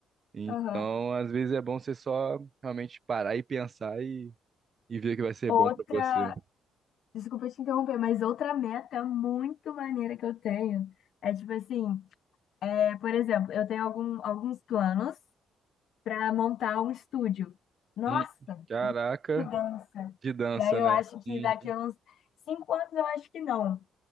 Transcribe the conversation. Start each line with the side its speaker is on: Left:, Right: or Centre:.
Right: Então,
Left: Aham.
Right: às vezes é bom você só realmente parar e pensar e, e ver o que vai ser
Left: Outra,
Right: bom pra você.
Left: desculpa te interromper, mas outra meta muito maneira que eu tenho é tipo assim, é, por exemplo, eu tenho algum, alguns planos para montar um estúdio. Nossa,
Right: Hum, caraca,
Left: que dança!
Right: de dança,
Left: E aí eu
Right: né?
Left: acho que
Right: Uhum,
Left: daqui a uns cinco anos eu acho que não.